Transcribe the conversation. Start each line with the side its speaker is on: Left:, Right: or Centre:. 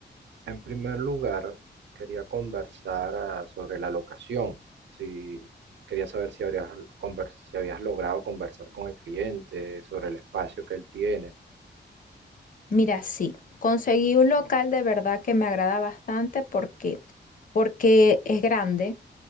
Right: En primer lugar, quería conversar ah, sobre la locación. Si quería saber si habrías conver- si habías logrado conversar con el cliente sobre el espacio que él tiene.
Left: Mira, sí, conseguí un local de verdad que me agrada bastante porque, porque es grande,